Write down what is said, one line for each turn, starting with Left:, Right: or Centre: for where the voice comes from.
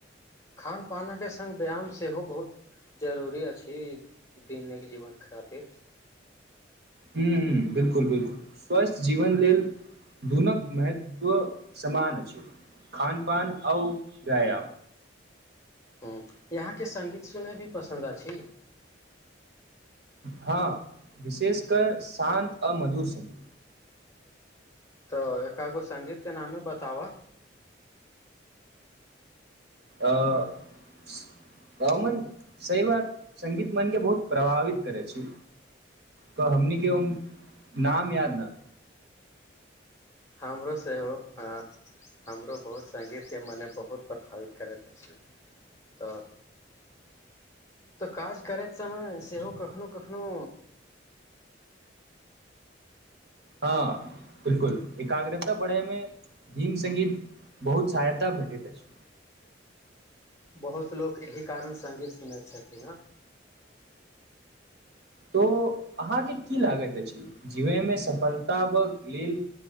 Left: खान पानके सङ्ग व्यायाम सेहो बहुत जरूरी अछि दैनिक जीवन खातिर।
Right: हू ह बिलकुल, बिलकुल, स्वस्थ जीवन लेल दुनू महत्व समान अछि खान पान और व्यायाम
Left: ह यहाँके सङ्गीत सुनय भी पसन्द अछि
Right: हँ विशेषकर शान्त आ मधुर सगीत
Left: तऽ एकागो सङगीत के नामे बताबा
Right: अ स अमन सही बात संगीत मन के बहुत प्रभावित करै छी तऽ हमनी के ओ नाम याद न।
Left: हमरो सेहो, ह हमरो बहुत संगीत के मने बहुत प्रभावित करैत अछि तऽ तऽ काज करैत समय सेहो कखनो कखनो।
Right: हँ बिलकुल एकाग्रता बढ़य मे धीम सगीत बहुत सहायता भेटैत अछि।
Left: बहुत लोक एहि कारण सङ्गीत सुनैत छथिन हेँ
Right: तँ अहाँकेँ की लगैत अछि, जीवनमे सफलताकेँ लेल